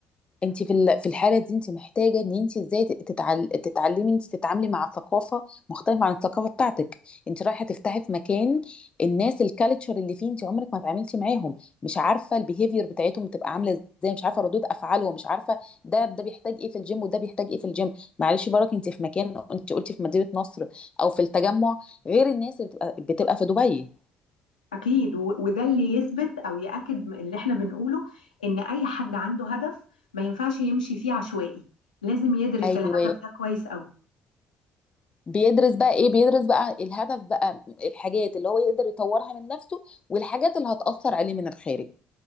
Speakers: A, on the left; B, on the left.
A: انت في ال- في الحاله دي انت محتاجه ان انت ازاي تت- تتعل... تتعلمي انت تتعاملي مع ثقافه مختلفه عن الثقافه بتاعتك انت رايحه تفتحي في مكان الناس الكالتشر اللي فيه انت عمرك ما اتعاملتي معاهم مش عارفه البيهيفير بتاعتهم بتبقى عامله ازاي مش عارفه ردود افعالهم مش عارفه ده ده بيحتاج ايه في الجيم وده بيحتاج ايه في الجيم معلش برك انت في مكان انت قلتي في مدينه نصر او في التجمع غير الناس اللي بتبقى بتبقى في دبي
B: أكيد و- وده اللي يثبت أو يأكد م- اللي إحنا بنقوله إن أي حد عنده هدف ما ينفعش يمشي فيه عشوائي لازم يدرس
A: ايوه
B: الهدف ده كويس قوي
A: بيدرس بقى ايه بيدرس بقى الهدف بقى الحاجات اللي هو يقدر يطورها من نفسه والحاجات اللي هتأثر عليه من الخارج